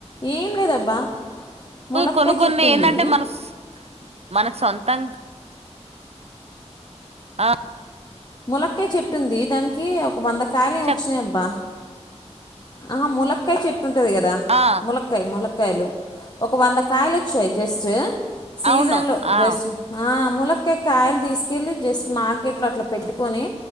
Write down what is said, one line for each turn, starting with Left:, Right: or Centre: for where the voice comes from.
Left: ఏం లేదబ్బా ములక్కాయ
Right: కొను కొన్ని
Left: చెట్టు
Right: ఏంటంటే
Left: ఉంది
Right: మనస్ మనకు సొంతం ఆ
Left: ముల్లకాయ చెట్టు ఉంది దానికి ఒక వంద కాయలు ఏమి
Right: చెప్
Left: వచ్చినాయి అబ్బా ఆ ములక్కాయ చెట్టు ఉంటది కదా
Right: ఆ
Left: మూలకాయి మూలకాయి లు ఒక వంద కాయలు వచ్చాయి జస్టు సీజన్
Right: అవును
Left: లొ
Right: ఆ
Left: జస్ట్ ఆ మూలకాయి కాయలు తీసుకెళ్లి జస్ట్ మార్కెట్ లో అట్లా పెట్టుకొని